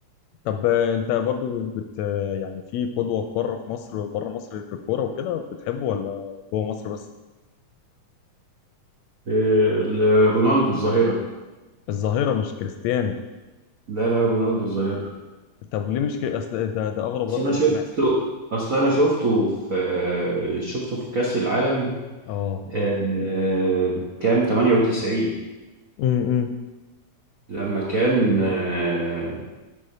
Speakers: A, on the left; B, on the right.
A: طب آه، انت برضو بت آه، يعني في قدوه في بره في مصر بره مصر في الكوره وكده بتحبه ولا جوه مصر بس
B: إيه، ال- رونالدو الظاهرة
A: الظاهره مش كريستيانو
B: لا لا رونالدو الظاهرة
A: طب ليه مش كري... اصل ده ده اغرب
B: اصل
A: رد
B: انا
A: انا
B: شفته
A: سمعته
B: اصل انا شفته في شفته في كأس العالم
A: اه
B: آه، كام 98
A: امم
B: لما كان آه،